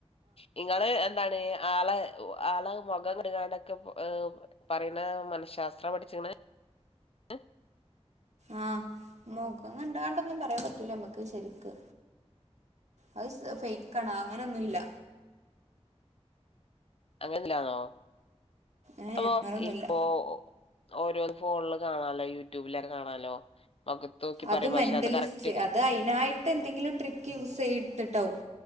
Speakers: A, on the left; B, on the right.
A: നിങ്ങള് എ ന്താണ് ആള് ആള് മുഖം കണ്ട്കാണ്ടൊക്കെ മമ് പറിയണ മനഃശാസ്ത്രം പഠിച്ച് ക്കണ് <unintelligible>
B: ആഹ മോഖം കണ്ട് കാണ്ടൊന്നും പറയാൻ പറ്റൂല നമ്മക്ക് ശരിക്ക് അത് ഫേക്കണ് അങ്ങനൊന്നുല്ല.
A: അങ്ങനെല്ലാന്നോ
B: ഏ
A: അപ്പൊ
B: അങ്ങനൊന്നുല്ല
A: ഇപ്പോ ഓരോ ഫോണില് കാണാലോ യൂട്യൂബിലൊ കാണാലോ മുഖത്ത് നോക്കി
B: അത്
A: പറയും പക്ഷെ
B: മെന്റലിസ്റ്റ്,
A: കറക്റ്റ്
B: അത് അയിനായിട്ടെന്തെങ്കിലും ട്രിക്ക് യൂസ് ചെയ്ത്ട്ടാവും